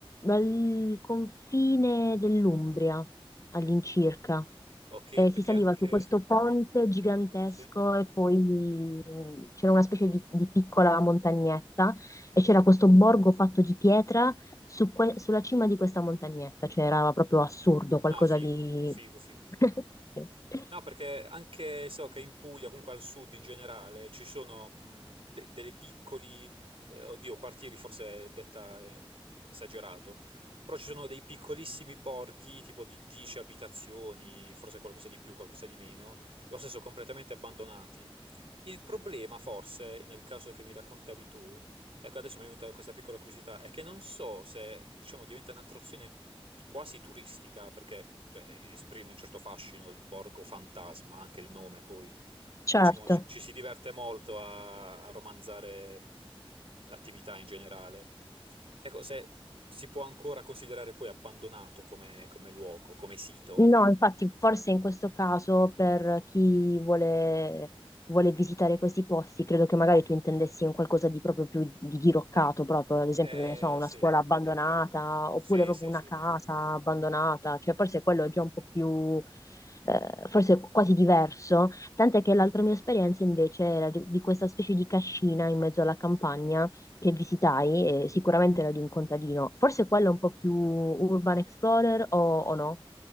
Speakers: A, on the left (about 35°); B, on the right (about 70°).
A: al confine dell'Umbria all'incirca.
B: Ok,
A: E
B: perché
A: si saliva
B: anche...
A: su questo ponte gigantesco
B: Sì?
A: e poi mm, c'era una specie di, di piccola montagnetta e c'era questo borgo fatto di pietra su que- sulla cima di questa montagnetta, cioè era proprio assurdo, qualcosa
B: No, figo,
A: di...
B: figo, figo.
A: <laughs>
B: No, perché anche so che in Puglia, comunque al sud in generale, ci sono mh, de- dei piccoli, eh, oddio, quartieri forse è detta eh, esagerato, però ci sono dei piccolissimi borghi, tipo di 10 abitazioni, forse qualcosa di più, qualcosa di meno, lo stesso completamente abbandonati. Il problema, forse, nel caso che mi raccontavi tu, ecco, adesso mi è venuta questa piccola curiosità, è che non so se, diciamo, diventa un'attrazione quasi turistica, perché, cioè, esprime un certo fascino il borgo fantasma, anche il nome, poi,
A: Certo.
B: diciamo, ci, ci si diverte molto a, a romanzare l'attività in generale. Ecco, se si può ancora considerare poi abbandonato come, come luogo, come sito.
A: No, infatti, forse in questo caso per chi vuole, vuole visitare questi posti, credo che magari tu intendessi un qualcosa di proprio più di diroccato, proprio ad esempio,
B: Eh,
A: che ne so, una
B: sì,
A: scuola abbandonata oppure
B: sì,
A: proprio
B: sì,
A: una
B: sì.
A: casa abbandonata, cioè forse quello è già un po' più, eh, forse quasi diverso. Tant'è che l'altra mia esperienza invece era di, di questa specie di cascina in mezzo alla campagna che visitai, e sicuramente era di un contadino. Forse quello è un po' più urban explorer o o no?